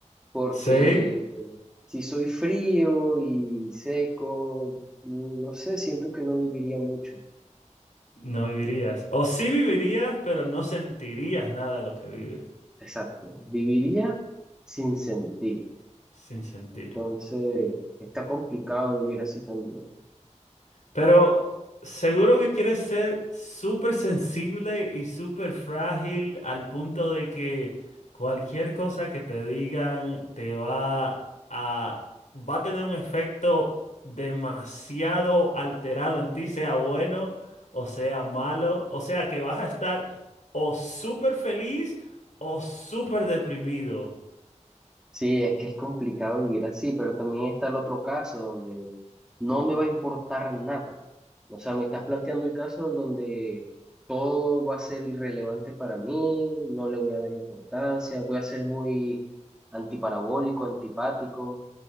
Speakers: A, in the centre; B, on the left (about 80°).
A: porque
B: Sí,
A: si soy frío y seco, no sé, siento que no viviría mucho.
B: no vivirías. O sí vivirías, pero no sentirías nada de lo que vives
A: Exacto, viviría sin sentir.
B: sin sentir.
A: Entonces, está complicado vivir así también.
B: Pero seguro que quieres ser súper sensible y súper frágil al punto de que cualquier cosa que te digan te va a, va a tener un efecto demasiado alterado en ti, sea bueno o sea malo. O sea que vas a estar o súper feliz o súper deprimido.
A: Sí, es que es complicado vivir así, pero también está el otro caso donde no me va a importar nada. O sea, me estás planteando el caso en donde todo va a ser irrelevante para mí, no le voy a dar importancia, voy a ser muy antiparabólico, antipático.